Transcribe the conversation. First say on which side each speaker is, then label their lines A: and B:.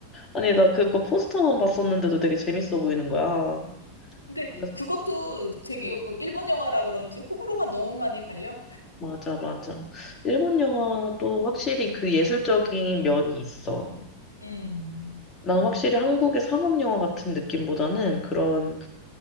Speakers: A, on the left (about 25°); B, on the left (about 85°).
A: 아니, 나 그거 포스터만 봤었는데도 되게 재밌어 보이는 거야.
B: 근데
A: 그래서,
B: 그것도 되게
A: 응,
B: 어, 일본 영화라 그런지 호불호가 너무 많이 갈려.
A: 맞아, 맞아. 일본 영화도 확실히 그 예술적인 면이 있어.
B: 음.
A: 난 확실히 한국의 상업 영화 같은 느낌보다는 그런